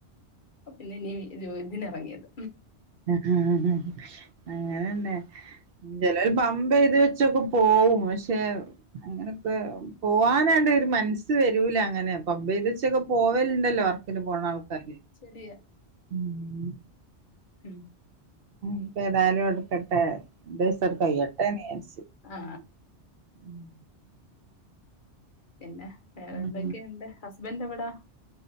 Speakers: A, on the left (about 50°); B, on the right (about 60°).
A: പിന്നെ ഇനി ജോ ഇതിന് അറങ്ങിയത്
B: ഉം അങ്ങനെന്നെ ചെലൊര് <unintelligible> ഈത് വെച്ചൊക്കെ പോവും പക്ഷെ അങ്ങനൊക്കെ പോവാനാണ്ട് ഒരു മനസ്സ് വരൂല അങ്ങനെ പബ് ചൈത് വച്ചൊക്കെ പോവല്ണ്ടല്ലോ <unintelligible> പോണ ആൾക്കാരില്ലേ
A: ശരിയാ.
B: ഉം
A: ഉം
B: ഇപ്പ ഏതാലും അവടക്കട്ടെ രണ്ട് വയസ്സണ്ട് കഴിയട്ടെന്ന് വിചാരിച്
A: ആ.
B: ഉം
A: പിന്നെ വേറെന്തൊക്കെണ്ട്
B: ഉം
A: ഹസ്ബൻഡ് എവിടാ